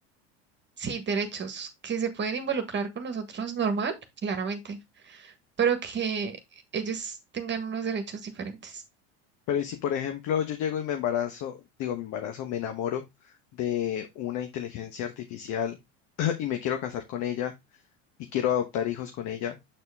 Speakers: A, on the right; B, on the left.
A: Sí, derechos. Que se pueden involucrar con nosotros normal, claramente, pero que ellos tengan unos derechos diferentes.
B: Pero ¿y si, por ejemplo, yo llego y me embarazo, digo, me embarazo, me enamoro de una inteligencia artificial <clears throat> <laughs> y me quiero casar con ella? y quiero adoptar hijos con ella,